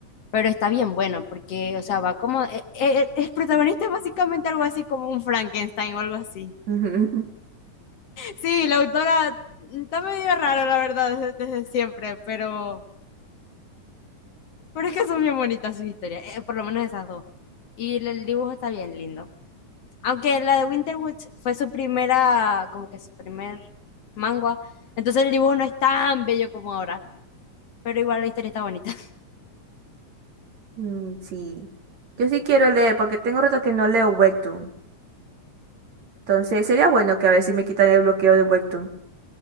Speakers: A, on the left; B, on the right.
A: pero está bien bueno porque, o sea, va como, eh, eh, el protagonista es básicamente algo así como un Frankenstein o algo así.
B: <laughs>
A: Sí, la autora está medio rara la verdad, desde, desde siempre, pero, pero es que son bien bonitas sus historias, eh, por lo menos esas dos. Y el el dibujo está bien lindo. Aunque la de Winter Woods fue su primera, como que su primer manga, entonces el dibujo no es tan bello como ahora, pero igual la historia está bonita, <laughs>
B: Mm, Sí. Yo sí quiero leer porque tengo rato que no leo Webtoon. Entonces sería bueno que a ver si me quitan el bloqueo de Webtoon.